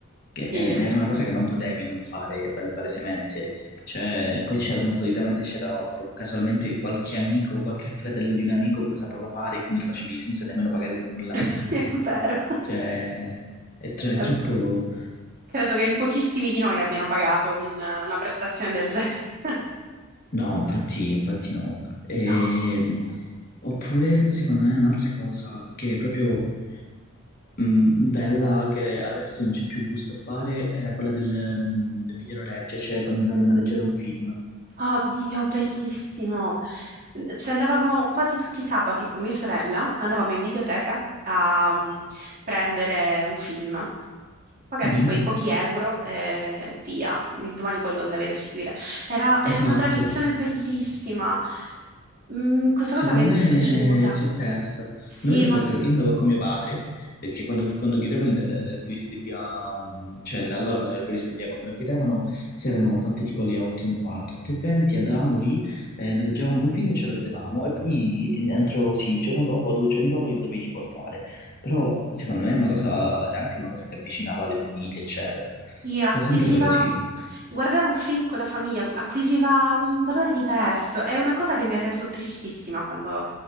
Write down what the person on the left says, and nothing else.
che
è- era una cosa che non potevi non fare, pa- palesemente.
Cioè, poi c'erano, solitamente c'era casualmente qualche amico, qualche fratello di un amico che lo sapeva fare, quindi lo facevi senza nemmeno pagare nulla.
Cioè... È, tro-
è troppo.
No, infatti, infatti no. Ehm,
oppure, secondo me, un'altra cosa che è proprio mh, bella, che adesso non c'è più gusto a fare, era quella del, mh, del videonoleggio, cioè quando andavi a noleggiare un film.
Mhm.
Esatto.
Secondo
me
si è persa.
Secondo me si
è persa. Io andavo con mio padre perché quando, quando chiudeva il- eh, l'erboristeria, mh, cioè la- allora non l'erboristeria, quando lo chiudevano si erano fatte tipo le 8 e un quarto, 8 e 20, andavamo lì, eh, noleggiavamo un film e ce lo vedevamo e poi eh, entro, sì, il giorno dopo, due giorni dopo li dovevi riportare. Però secondo me è una cosa, era anche una cosa che avvicinava alle famiglie, eccetera.
Sono sempre cose così.